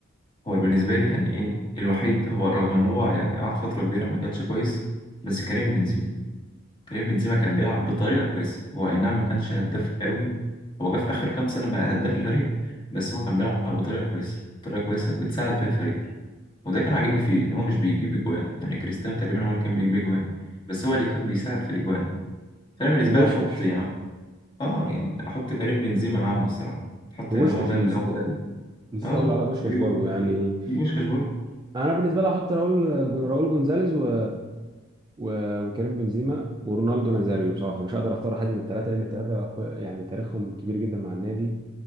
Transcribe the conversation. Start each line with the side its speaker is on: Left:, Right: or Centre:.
Left: هو بالنسبه لي يعني ايه الوحيد هو رغم ان هو يعني قعد فتره كبيره ما كانش كويس بس كريم بنزيما كريم بنزيما كان بيلعب بطريقة كويسة هو أي نعم ما كانش هداف قوي هو جه في آخر كام سنة بقى هداف الفريق بس هو كان بيلعب بطريقة كويسة طريقة كويسة بتساعد بيها الفريق وده كان عاجبني فيه إن هو مش بيجيب أجوان يعني كريستيانو تقريبا هو اللي كان بيجيب أجوان بس هو اللي كان بيساعد في الأجوان فأنا بالنسبة
Right: وبوشكش
Left: لي أحط يعني آه يعني أحط كريم بنزيما معاهم الصراحة حتى
Right: وبوشكش
Left: هو ده
Right: أنا
Left: اللي
Right: نسيت
Left: هو ده اللي
Right: نسيت
Left: آه
Right: اقول على بوشكش
Left: بيجيبوا
Right: برضو يعني
Left: بيجيبوا بوشكاش برضه
Right: انا بالنسبه لي هحط راؤول راؤول جونزاليز و... و... وكريم بنزيما ورونالدو نازاريو بصراحه مش هقدر اختار حد من الثلاثه لان الثلاثه كو- يعني تاريخهم كبير جدا مع النادي